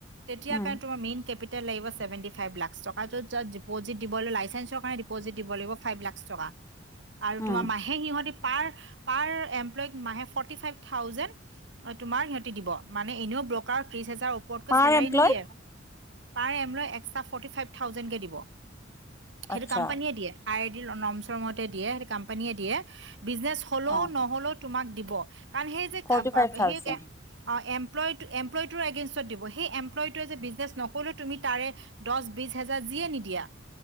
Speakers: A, on the right; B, on the left.
A: তেতিয়া
B: উম
A: কান তোমাৰ মেইন কেপিত তে লাগিব চেভেন্তি ফাইভ লাক্স টকা জ যত ডিপিট দিবলে লাইচেঞ্চৰ কাৰনে ডিপ'জিত দিব লাগিব ফাইভ লাক্স টকা আৰু
B: উম
A: তোমাৰ মাহেক সিহতি পাৰ পাৰ এমপ্লইক মাহে ফৰ্তি ফাইভ থাউজেণ্ড তোমাৰ সিহঁতি দিব মানে এনেও ব্ৰকাৰ ক্ৰিছ, তাৰ ওপৰতকৈ
B: পাৰ
A: চেলাৰী
B: এমপ্লয়
A: নিদিয়ে, প্ৰায় এম লৈ এক্সট্ৰা ফ'ৰ্টি ফাইভ থাউজেণ্ডকে দিব সেইটো
B: আচ্ছা
A: কম্পানীয়ে দিয়ে। আইৰ ডিৰ ন নমছৰ মতে দিয়ে সেই কম্পানীয়ে দিয়ে বিজনেছ হলৌ
B: অ
A: নহলৌ তোমাক দিব। কাৰণ সেই যে
B: ফৰ্টি
A: কা পা
B: ফাইভ থাউজেণ্ড
A: সেই কে অ' এম প্লইড টো এমপ্লইড টোৰ এগেইঞ্চতত দিব সেই এমপ্লইটোৱে যে বিজনেছ নকৰিলো তুমি তাৰে দচ বিছ হেজাৰ যিয়ে নিদিয়া